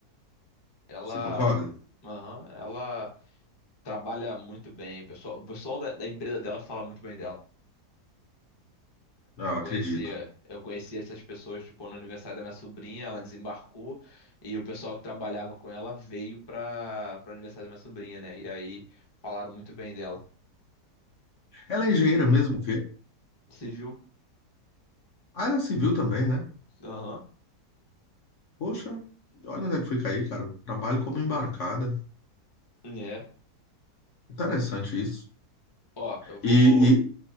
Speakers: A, on the left; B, on the left.
A: Ela,
B: Você concorda?
A: aham, ela trabalha muito bem. O pessoal, o pessoal da, da empresa dela fala muito bem dela.
B: Ah,
A: Eu
B: Eu
A: conhecia,
B: acredito.
A: eu conhecia essas pessoas, tipo, no aniversário da minha sobrinha, ela desembarcou e o pessoal que trabalhava com ela veio para para o aniversário da minha sobrinha, né? E aí falaram muito bem dela.
B: Ela é engenheira mesmo, filha.
A: Civil. viu?
B: Ah, ela é civil também, né?
A: Aham.
B: Poxa, olha onde é que foi cair, cara. Trabalho como embarcada.
A: É.
B: Interessante isso.
A: Ó, eu vou,
B: E, e